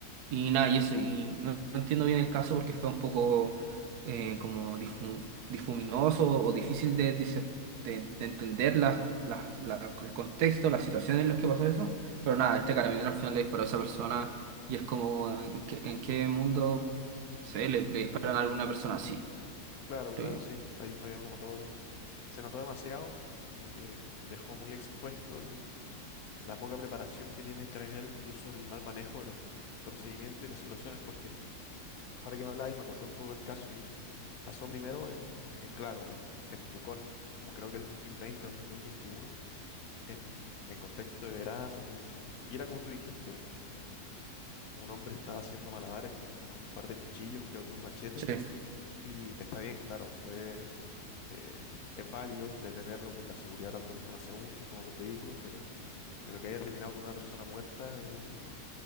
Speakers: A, on the right; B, on the left.
A: y nada, y eso. Y no, no entiendo bien el caso porque fue un poco eh, como difu- difuminoso o difícil de, dice- de, de entender las- las- la- el contexto, las situaciones en las que pasó eso. Pero nada, este carabinero al final le disparó a esa persona y es como, ¿en qué, en qué mundo? Sí, le, le disparan a alguna persona, sí,
B: Claro,
A: creo
B: claro,
A: yo.
B: sí. Ahí falló como todo lo... Se notó demasiado, como que dejó muy expuesto el- la poca preparación que tiene en Carabineros, incluso el mal manejo de los procedimientos y las situaciones, porque ahora que me habláis me acordé un poco del caso y pasó primero en, eh, claro, en, en Pucón, como creo que el 2020 o el 2021, en, en contexto de verano y, y era como tú dijiste, un, un, un hombre estaba haciendo malabares con un, con un par de cuchillos, creo que un machete
A: Sí,
B: Y está bien, claro, pues eh, eh, es válido detenerlo por la seguridad tanto de los transeúntes como de los vehículos, pero, pero que haya terminado con una persona muerta, eh,